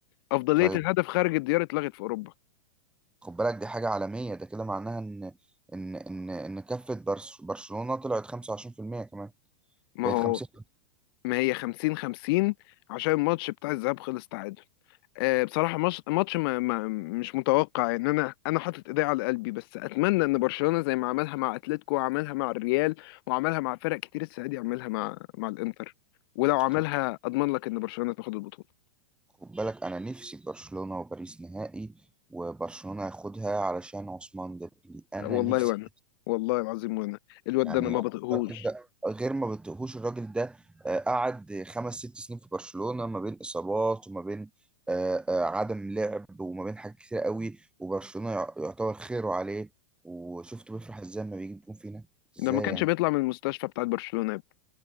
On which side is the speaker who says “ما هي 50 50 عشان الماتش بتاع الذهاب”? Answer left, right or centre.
Left